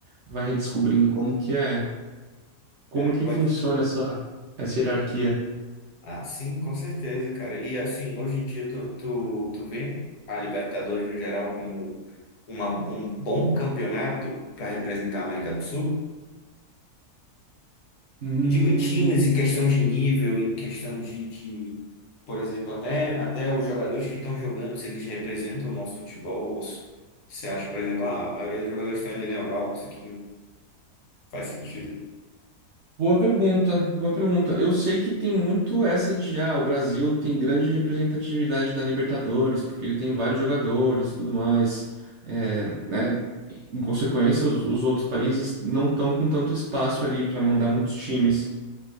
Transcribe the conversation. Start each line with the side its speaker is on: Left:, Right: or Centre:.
Right: vai redescobrindo como que é, como
Left: Cara,
Right: que
Left: pode.
Right: funciona essa, essa hierarquia.
Left: Ah, sim, com certeza, cara. E assim, hoje em dia tu, tu, tu vê a Libertadores no geral como uma, um bom campeonato para representar a América do Sul?
Right: Hum,
Left: Eu digo em times, em questão de nível, em questão de, de, por exemplo, até, até os jogadores que estão jogando, se eles representam o nosso futebol, ou se você acha, por exemplo, ah, a maioria dos jogadores está ali na Europa, isso aqui não faz sentido.
Right: Boa pergunta, boa pergunta. Eu sei que tem muito essa de, ah, o Brasil tem grande representatividade na Libertadores, porque ele tem vários jogadores e tudo mais, é, né? E, Em consequência, os, os outros países não estão com tanto espaço ali para mandar muitos times.